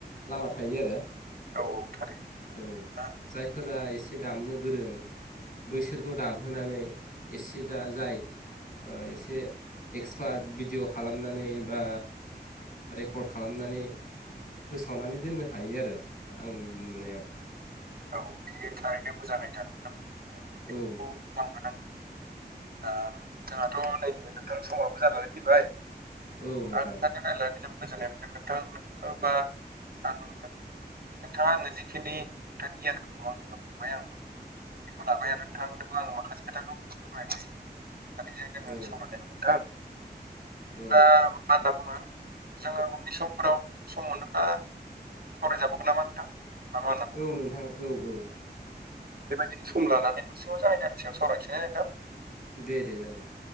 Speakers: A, on the left; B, on the right.
A: लामा थायो आरो,
B: औ औ थारैनो
A: औ
B: दा
A: जायफोरा एसे दामनो गोरों, बैसोरखौ दामहोनानै एसे जा जाय ओ एसे, एक्सपार्ट भिडिअ' खालामनानै बा रेकर्ड खालामनानै, फोसावनानै दोननो हायो आरो आंनि नुनायाव,।
B: औ बियो थारैनो मोजां आइडिया नोंथां जोङो
A: औ।
B: बेखौ मावनो नांगोन आ जोंहाथ' नै नोंथां समाबो जानानै फैबाय।
A: औ नोंथां
B: आाय <inaudible> गोजोननाय मोनदों नोंथां ओ बा आंनो नोंथाङा आनो जिखिनि थानयाानो बायान <inaudible> बेखौ लाबाय आरो नोंथांनोबो आं माखासे खोथाखौ फोरमायबाय। सानैजों जोङो
A: औ
B: सावराय लायबाय नोंथां बिदिब्ला
A: औ
B: मा होनना बुङो जोङो उननि समफोराव सम मोनोब्ला सावरायजाबावगोन नामा नोंथां ना मा होनो?
A: औ नोंथां औ औ
B: बेबायदिनो सम लानानै मोनसे मोनसे आयदानि सायाव सावरायसै ना नोंथां।
A: दे -दे जागोन दे।